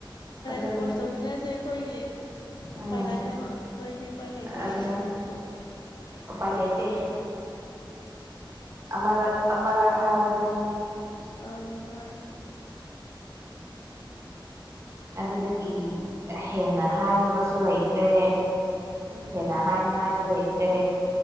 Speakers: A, on the right; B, on the left.
A: ꯑꯗꯨꯅꯤ
B: <unintelligible> ꯐꯣꯔꯁ ꯇꯧꯅꯤꯡ ꯉꯥꯏꯁꯦ ꯑꯈꯣꯏꯒꯤ
A: ꯎꯝ
B: ꯄ ꯂꯩꯗ ꯀꯣꯏꯗꯤ ꯄ ꯂꯩꯗ
A: ꯑꯗꯨꯅꯦ
B: ꯎ
A: ꯎꯄꯥꯏ ꯂꯩꯇꯦ ꯑꯃꯔꯛ ꯑꯃꯔꯛ ꯍꯥꯏꯕꯗꯨꯅꯤ
B: ꯑ ꯍꯣꯏ
A: ꯑꯗꯨꯗꯒꯤ ꯍꯦꯟꯅ ꯍꯥꯏꯅꯕꯁꯨ ꯂꯩꯇ꯭ꯔꯦ
B: ꯎꯝ
A: ꯍꯦꯟꯅ ꯍꯥꯏꯅꯤꯡꯉꯥꯏꯁꯨ ꯂꯩꯇꯦ ꯇꯦ